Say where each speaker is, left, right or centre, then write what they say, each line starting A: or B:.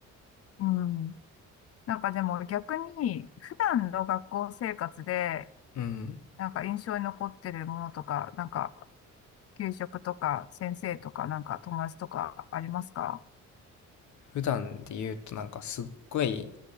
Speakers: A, on the left; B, on the left.
A: うん。なんかでも逆に、普段の学校生活で、
B: うん。
A: なんか印象に残ってるものとか、なんか給食とか、先生とか、なんか友達とかありますか
B: 普段で言うと、なんかすっごい